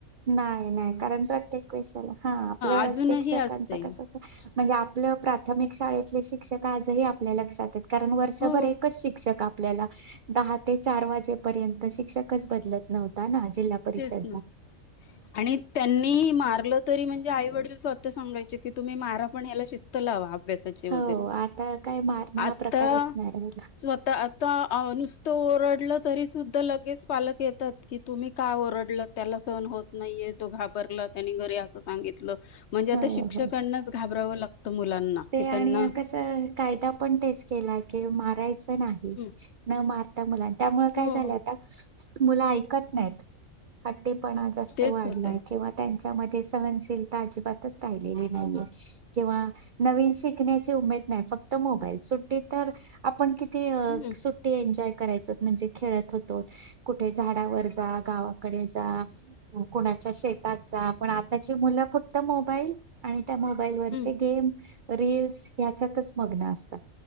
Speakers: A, on the right; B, on the left.
A: नाही नाही कारण प्रत्येक विषयाला हा आपलं
B: अजूनही
A: शिक्षकांच
B: असते
A: कस म्हणजे आपलं प्राथमिक शाळेतले शिक्षक आजही आपल्या लक्षात कारण वर्षभर
B: हो
A: एकच शिक्षक आप आप दहा ते चार वाजेपर्यंत शिक्षकच बदलत नव्हता ना ज परिषद
B: तेच ना
A: ला
B: आणि त्यांनी मारलं तरी म्हणजे आई वडील स्वतः सगाय की तुम्ही मा पण ह्या श लावा अभ्यासाचे वगैरे
A: हो आता काय मारणं
B: आता
A: हा प्रकारच नाही राहिला
B: स्वतः नुसतं ओरडलं तरी सुद्धा लगेच पालक येतात कि तुम्ही का ओरडलं त्याला सहन होत नाहीये तो घाबरला त्यानी घरी असं सांगितलं म्हणजे आता
A: हो
B: शिक्षकांनाच
A: हो
B: घाबरावं लागतं मुलांना
A: ते
B: कि
A: आणि
B: त्यांना
A: कस कायदा पण तेच केला की मारायचं नाही
B: हं,
A: न मारता मुला त्यामुळे काय
B: हो
A: झालं आता मुलं ऐकत नाहीत हट्टीपणा जास्त
B: तेच
A: वाढलाय
B: होतय
A: किंवा त्यांच्यामध्येध्ये सहनशीलता अजिबातच राहिलेली नाहीये किंवा नवीन शिकण्याची उमेद नाही फक्त मोबाईल सुट्टी तर आपण किती
B: हम्म
A: सुट्टी एंजॉय करायच म्हणजे खेळत होतो कुठे झाडावर जा गावाकडे जा कोुणा शेेतात जा पण आताची मुलं फक्त मोबाईल आणि त्या मोबाईल वरचे
B: हम्म
A: गेम रीलीलस ह्याच्यातच मग्न असतात